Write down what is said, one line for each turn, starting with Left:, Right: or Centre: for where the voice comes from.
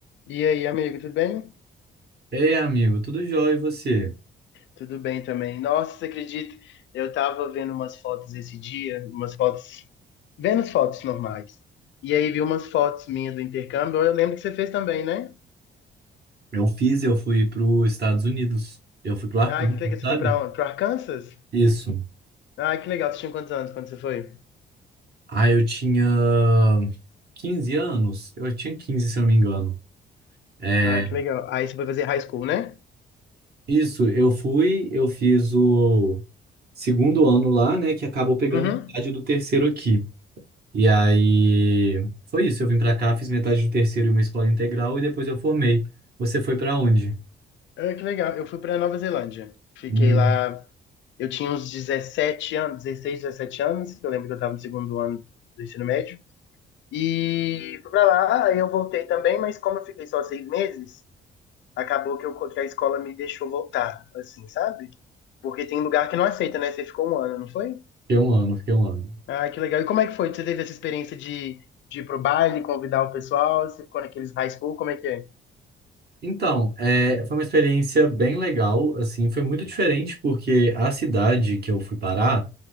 Left: E aí, amigo, tudo bem?
Right: Ei, amigo, tudo jóia e você?
Left: Tudo bem também. Nossa, você acredita? Eu tava vendo umas fotos esse dia, umas fotos, vendo as fotos normais. E aí vi umas fotos minhas do intercâmbio. Eu lembro que você fez também, né?
Right: Eu fiz, eu fui para os Estados Unidos. Eu fui pro Arkansas,
Left: Ah, que legal, você
Right: sabe?
Left: foi pra onde? Pro Arkansas?
Right: Isso.
Left: Ah, que legal, você tinha quantos anos quando você foi?
Right: Ah, eu tinha 15 anos. Eu tinha 15 se eu não me engano. É,
Left: Ah, que legal. Aí você foi fazer high school, né?
Right: isso, eu fui, eu fiz o segundo ano lá, né, que acabou pegando
Left: Uhum.
Right: metade do terceiro aqui. E aí foi isso, eu vim pra cá, fiz metade do terceiro em uma escola integral e depois eu formei. Você foi pra onde?
Left: Ah, que legal. Eu fui pra Nova Zelândia. Fiquei
Right: Hum,
Left: lá, eu tinha uns 17 anos, 16, 17 anos, que eu lembro que eu tava no segundo ano do ensino médio. E fui pra lá, aí eu voltei também, mas como eu fiquei só seis meses, acabou que, eu, que a escola me deixou voltar, assim, sabe? Porque tem lugar que não aceita, né? Você ficou um ano, não foi?
Right: fiquei um ano, fiquei um ano.
Left: Ah, que legal. E como é que foi? Você teve essa experiência de, de ir pro baile, convidar o pessoal? Você ficou naqueles high school? Como é que é?
Right: Então, é, foi uma experiência bem legal, assim, foi muito diferente porque a cidade que eu fui parar